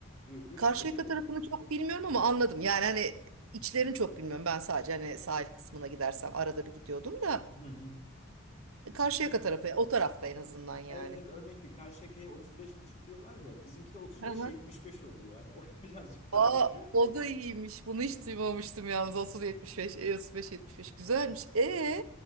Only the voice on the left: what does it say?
Ü- Üç
şey.
Hı hı.
Evet evet örnek ki Karşıyaka'ya otuz beş buçuk diyorlar ya bizimki de 35-75
oluyor. Hani o <laughs> birazcık daha
ucu.